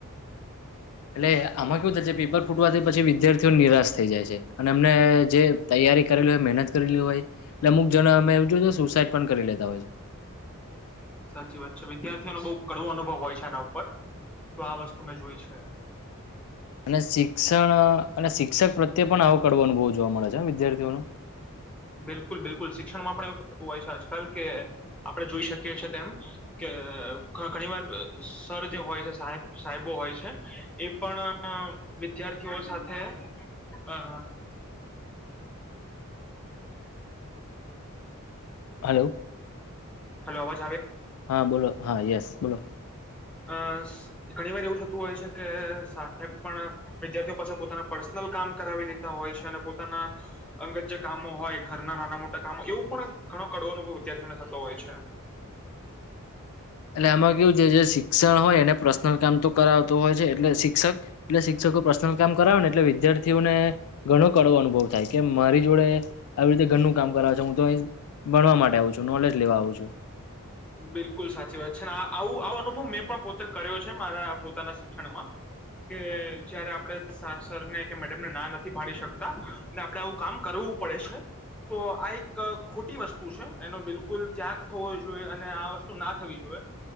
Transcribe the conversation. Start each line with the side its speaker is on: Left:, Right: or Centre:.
Left: એટલે આમાં કેવું થાય પેપર ફૂટવાથી પછી વિદ્યાર્થીઓ નિરાશ થઈ જાય છે અને અમને જે તૈયારી કરેલી હોય મહેનત કરેલી હોય એ અમુક જણ અમે એવ જો સુસાઈટ પણ કરી લેતા હોય છે
Centre: સાચી વાત છે વિદ્યાર્થીઓનો બહુ કડવો અનુભવ હોય છે આના ઉપર તો આ વસ્તુ મેં જોઈ છે
Left: અને શિક્ષણ અને શિક્ષક પ્રત્યે તે પણ હ આવું કડો અનુવ જોવા મળે છે વિદ્ય્થીઓો
Centre: બિલકુલ બિલકુલ શિક્ષણમાં પણ એવું થતું હોય છે આજકાલ કે આપણે જોઈ શકીએ છે તેમ કે ઘણી વાર સર જે હોય છે સાહેબ સાહેબો હોય છે એ પણ વિદ્યાર્થીઓ સાથે અ હ
Left: હલો
Centre: હલો આવાજ
Left: હા બોલો, હા યસ બોલો.
Centre: અ ઘણી વાર એવું થતું હોય છે કે સાહેબ પણ વિદ્યાર્થીઓ પાસે પોતાના પર્સનલ કામ કરાવી લેતા હોય છે અને પોતાના અંગત જે કામો હોય ઘરના નાના મોટા કામો એવું પણ ઘણો કડવો અનુભવ વિદ્યાર્થીઓને થતો હોય છે. અચ્છા.
Left: એટલે આમાં કેવું છે જે શિક્ષણ હોય એને પર્સનલ કામ તો? કરાવતો હોય છે એટલે શિક્ષક, એટલે શિક્ષકો પર્સનલ કામ કરાવેને એટલે વિદ્યાર્થીઓને ઘણો કડવો અનુભવ થાય કે મારી જોડે આવી રીતે ઘણું કામ કરાવે છે. તો ભણવા માટે આવું છું? જો નોલેજ લેવા આવું છું.
Centre: બિલકુલ સાચી વાત છે ને, આવું આવો અનુભવ મેં પણ પોતે કર્યો છે મારા પોતાના શિક્ષણમાં કે જયારે આપણે સરને કે મેડમને ના નથી પાડી શકતા અને આપણે આવું કામ કરવું પડે છે, તો આ એક ખોટી વસ્તુ છે એનો બિલકુલ ત્યાગ થવો જોઈએ. આ વસ્તુ ના થવી જોઈએ